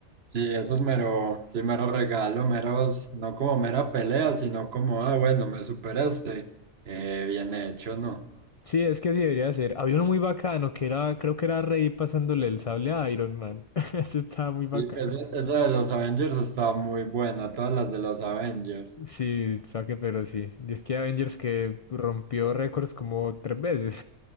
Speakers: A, on the right (about 65°); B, on the left (about 65°).
A: Sí, eso es mero, sí, mero regalo, meros, no como mera pelea, sino como, ah, bueno, me superaste. Eh, bien hecho, ¿no?
B: Sí, es que así debería ser. Había uno muy bacano que era, creo que era Rey pasándole el sable a Iron Man. <laughs> Eso estaba muy
A: Sí,
B: bacano.
A: esa, esa de los Avengers está muy buena, todas las de los Avengers.
B: Sí, saque, pero sí. Y es que Avengers que rompió récords como tres veces.